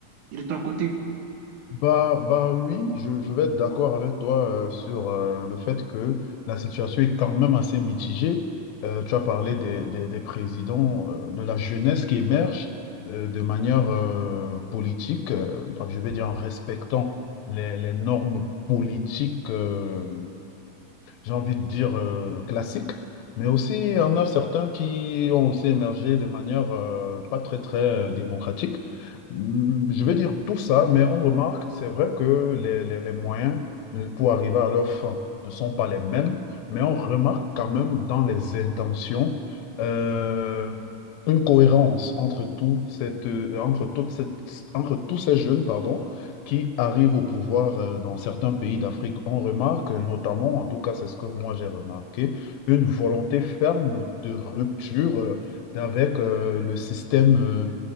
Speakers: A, on the right (about 65°); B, on the left (about 85°).
A: Et de ton côté?
B: Bah, bah oui, je, je vais être d'accord avec toi euh, sur euh, le fait que la situation est quand même assez mitigée. Euh, tu as parlé des, des, des présidents, euh, de la jeunesse qui émerge euh, de manière euh, politique, euh, je vais dire en respectant les, les normes politiques euh, j'ai envie de dire, euh, classiques, mais aussi il y en a certains qui ont aussi émergé de manière euh, pas très, très euh, démocratique. Hum, Je vais dire tout ça, mais on remarque, c'est vrai que les, les- les moyens ne- pour arriver à leur fin ne sont pas les mêmes, mais on remarque quand même dans les intentions euh, une cohérence entre tout cette, euh, entre toute cette, entre tous ces jeunes, pardon qui arrivent au pouvoir euh, dans certains pays d'Afrique. On remarque euh, notamment, en tout cas c'est ce que moi j'ai remarqué, une volonté ferme de rupture euh, avec euh, le système euh,